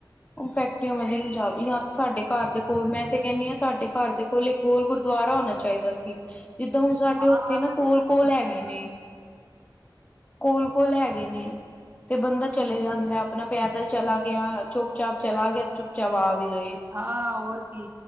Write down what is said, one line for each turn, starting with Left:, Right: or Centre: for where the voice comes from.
Left: ਓਹ ਫੈਕਟਰੀਆ ਞਾਲੇ ਜਾਦਾ ਏ ਸਾਡੇ ਘਰ ਦੇ ਕੋਲ ਮੈਂ ਤੇ ਕਹਿੰਦੀ ਹ ਸਾਡੇ ਘਰ ਦੇ ਕੋਲ ਇੱਕ ਹੋਰ ਗੁ ਦੁਆਰਾ ਹੋਣਾ ਚਾਹੀਦਾ ਸੀ, ਜਿੱਦਾਂ ਹੁਣ ਸਾਡੇ
Right: ਹਾਂ
Left: ਉੱਥੇ ਨਾ ਕੋਲ- ਕੋਲ ਹੈਗੇ ਨੇ, ਕੋਲ -ਕੋਲ ਹੈਗੇ ਨੇ ਤੇ ਬੰਦਾ ਚਲੇ ਜਾਂਦੇ ਆਪਣਾ ਪੈਦਲ ਚਲਾ ਗਿਆ, ਚੁੱਪ -ਚਾਪ ਚਲਾ ਗਿਆ ਤੇ ਚੁੱਪ -ਚਾਪ ਆ ਵੀ ਗਏ,
Right: ਹਾਂ ਹੋਰ ਕੀ,